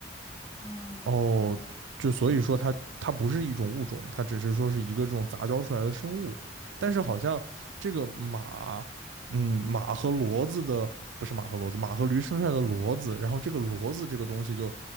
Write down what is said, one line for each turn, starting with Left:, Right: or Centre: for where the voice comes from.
Left: 哦哦，
Right: 哦，就所以说它它不是一种物种，
Left: 原来是这样，
Right: 它只是说是一个这种杂交出来的生物。但是好像这个马，嗯，马和骡子的不是马和骡子，马和驴生出来的骡子，然后这个骡子这个东西就，